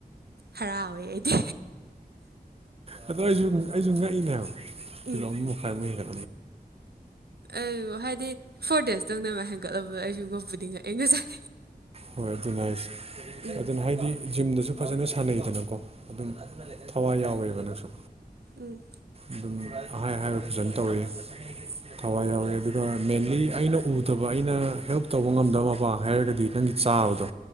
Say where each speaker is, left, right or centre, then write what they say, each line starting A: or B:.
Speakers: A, on the right (about 80°); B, on the right (about 40°).
A: ꯍꯔꯥꯎꯋꯦ ꯑꯩꯗꯤ
B: ꯑꯗꯣ ꯑꯩꯁꯨ ꯑꯩꯁꯨ ꯉꯛꯏꯅꯦꯕ ꯀꯤꯂꯣ
A: ꯎꯝ
B: ꯑꯃ ꯃꯈꯥꯏ ꯃꯗꯛ
A: ꯑ ꯍꯥꯏꯗꯤ ꯐꯣꯔ ꯗꯦꯖꯇꯪꯅꯦ ꯍꯦꯟꯒꯠꯂꯕ ꯑ ꯑꯩꯁꯨ ꯉꯞꯄꯨꯗꯤ ꯉꯛꯑ ꯉꯁꯥꯏ
B: ꯍꯣꯏ ꯑꯗꯨꯅ ꯑꯩꯁꯦ
A: ꯎꯝ
B: ꯑꯗꯨꯅ ꯍꯥꯏꯗꯤ ꯖꯤꯝꯗꯁꯨ ꯐꯖꯅ ꯁꯥꯟꯅꯩꯗꯅꯀꯣ ꯑꯗꯨꯝ ꯊꯋꯥꯏ ꯌꯥꯎꯋꯦꯕ ꯅꯪꯁꯨ
A: ꯎꯝ
B: ꯑꯗꯨꯝ ꯑꯍꯥꯏ ꯑꯍꯥꯏꯕ ꯐꯖꯅ ꯇꯧꯋꯤ ꯊꯋꯥꯏ ꯌꯥꯎꯋꯦ ꯑꯗꯨꯒ ꯃꯦꯟꯂꯤ ꯑꯩꯅ ꯎꯗꯕ ꯑꯩꯅ ꯍꯦꯜꯞ ꯇꯧꯕ ꯉꯝꯗꯕꯕ ꯍꯥꯏꯔꯒꯗꯤ ꯅꯪꯒꯤ ꯆꯥꯕꯗꯣ